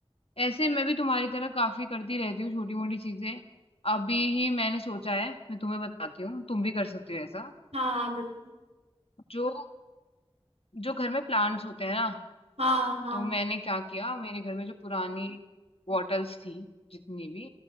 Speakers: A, on the left; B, on the right.
A: ऐसे मैं भी तुम्हारी तरह काफी करती रहती हूँ छोटी मोटी चीजें अभी ही मैंने सोचा है मैं तुम्हें बताती हूँ तुम भी कर सकती हो ऐसा
B: हाँ हाँ, बिल्कुल
A: जो जो घर में प्लांट्स होते हैं ना
B: हाँ हाँ
A: तो मैंने क्या किया मेरे घर में जो पुरानी बॉटल्स थी जितनी भी